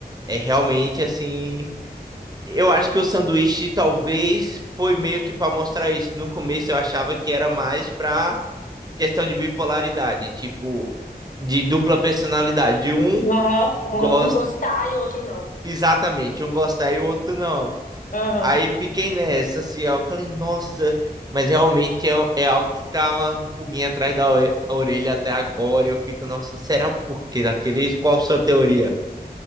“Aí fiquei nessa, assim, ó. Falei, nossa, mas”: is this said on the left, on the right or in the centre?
Right